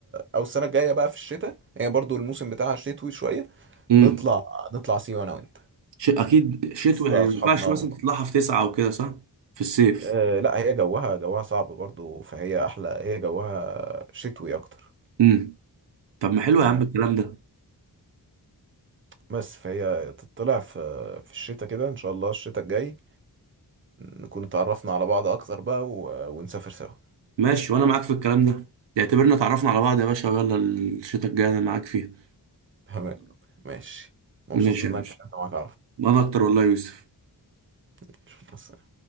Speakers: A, on the right; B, on the right.
A: او السنه الجايه بقى في الشتاء هي برضو الموسم بتاعها شتوي شويه
B: امم
A: نطلع نطلع سيوه انا وانت
B: شيء اكيد شتوي
A: نشوف
B: يعني
A: بقى اصحابنا
B: ما ينفعش مثلا
A: و...
B: تطلعها في تسعة او كده صح في الصيف
A: آه لا هي جوها جوها صعب برضو فهي احلى هي جوها شتوي اكتر
B: امم طب ما حلو
A: يعني
B: يا عم الكلام ده
A: بس فهي تطلع في في الشتاء كده ان شاء الله الشتاء الجاي نكون اتعرفنا على بعض اكتر بقى و... ونسافر سوا
B: ماشي وانا معاك في الكلام ده اعتبرنا اتعرفنا على بعض يا باشا ويلا الشتاء الجاي انا معاك فيها
A: تمام ماشي مبسوط
B: ماشي
A: ان
B: يا
A: انا
B: باشا
A: اتكلمت معاك
B: انا اكتر والله يا يوسف
A: عارف